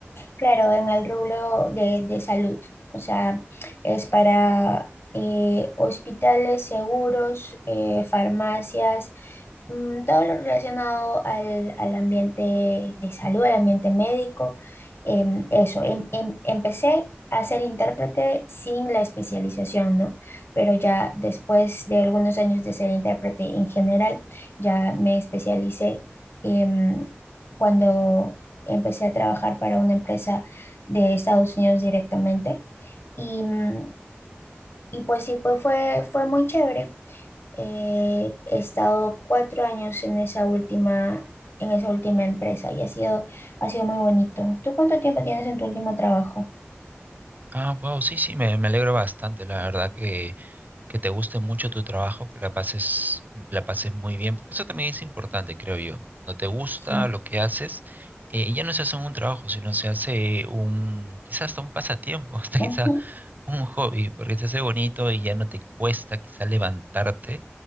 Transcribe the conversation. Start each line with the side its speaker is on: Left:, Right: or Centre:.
Left: Claro, en el rubro de, de salud, o sea, es para eh, hospitales, seguros, eh, farmacias, mm, todo lo relacionado al, al ambiente de salud, al ambiente médico. em, eso, em- em- empecé a ser intérprete sin la especialización, ¿no? Pero ya después de algunos años de ser intérprete en general, ya me especialicé. em, cuando empecé a trabajar para una empresa de Estados Unidos directamente y, mm, y pues sí, pues fue, fue muy chévere. Eh, he estado cuatro años en esa última, en esa última empresa y ha sido, ha sido muy bonito. ¿Tú cuánto tiempo tienes en tu último trabajo?
Right: Ah, wow, sí, sí, me, me alegro bastante, la verdad que, que te guste mucho tu trabajo, que la pases, la pases muy bien, porque eso también es importante, creo yo. Cuando te gusta
Left: Sí.
Right: lo que haces, eh, ya no se hace un trabajo, sino se hace un, quizás hasta un pasatiempo, <laughs> hasta quizás
Left: Ujú,
Right: un hobby, porque se hace bonito y ya no te cuesta quizás levantarte